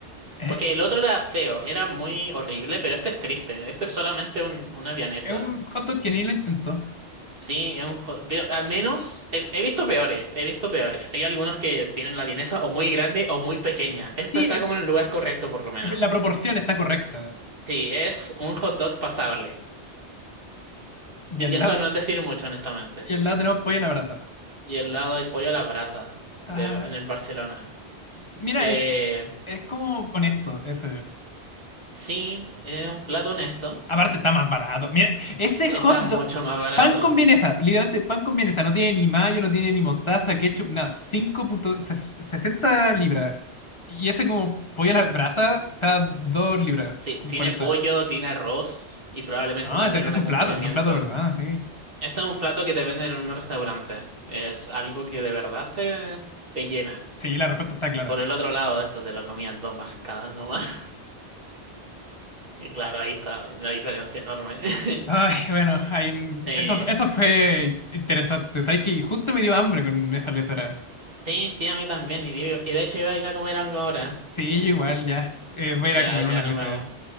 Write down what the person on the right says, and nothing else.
Porque el otro era feo, era muy horrible, pero este es triste. Este es solamente un- una vianesa.
Sí, es un... jo- Pero al menos he, he visto peores, he visto peores. Hay algunos que tienen la vienesa o muy grande o muy pequeña. Esta
está
como en el lugar correcto, por lo menos.
Sí, es un hot dog pasable.
Y
eso
no es decir mucho, honestamente.
Y el lado hay pollo a la brasa
de- en el Barcelona.
Eh,
sí, es un plato honesto.
Está
mucho más barato.
Sí,
tiene
pollo, tiene arroz y probablemente
también
un
acompañamiento.
Este es un plato que te venden en un restaurante. Es algo que de verdad te, te llena.
Y por el otro lado, esto te lo comían dos marcadas nomás. <laughs> Y claro, ahí está la diferencia enorme. <laughs>
Sí,
sí, sí, a mí también. Y, digo- y de hecho iba a ir a comer algo ahora.
Sí,
ya,
ya
nos vemos.